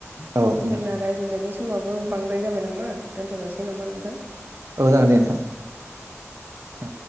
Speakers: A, on the right (about 70°); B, on the right (about 45°).
A: औ नोंथां।
B: जोंना रायज्लायनायनि समाबो बांद्राय जाबाय नामा दोन्थ' जाासिगोन नामा नोंथां?
A: औ जागोन दे नोंथां। औ